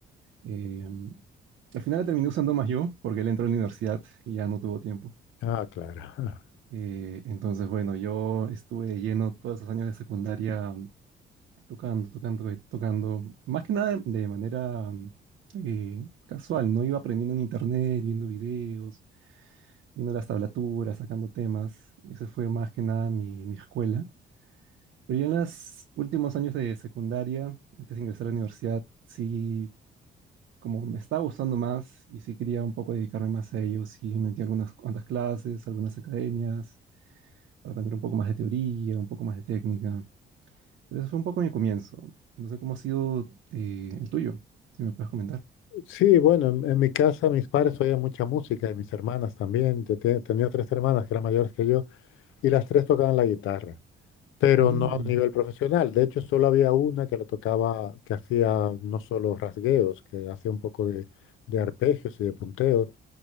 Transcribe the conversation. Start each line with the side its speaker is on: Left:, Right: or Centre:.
Right: Eh, al final la terminé usando más yo porque él entró en la universidad y ya no tuvo tiempo.
Left: Ah, claro. <laughs>
Right: Eh, entonces, bueno, yo estuve de lleno todos esos años de secundaria tocando, tocando, eh, tocando. Más que nada de, de manera mm, eh, casual, ¿no? Iba aprendiendo en internet, viendo videos, viendo las tablaturas, sacando temas. Esa fue más que nada mi, mi escuela. Pero ya en los últimos años de secundaria, antes de ingresar a la universidad, sí, como me estaba gustando más y sí quería un poco dedicarme más a ello, sí metí algunas cuantas clases, algunas academias, para aprender un poco más de teoría, un poco más de técnica. Pero eso fue un poco mi comienzo. No sé cómo ha sido eh, el tuyo, si me puedes comentar.
Left: Sí, bueno, en, en mi casa mis padres oían mucha música y mis hermanas también. Yo te- tenía tres hermanas que eran mayores que yo y las tres tocaban la guitarra, pero
Right: Mm,
Left: no a nivel profesional. De hecho, solo había una que lo tocaba, que hacía no solo rasgueos, que hacía un poco de, de arpegios y de punteos,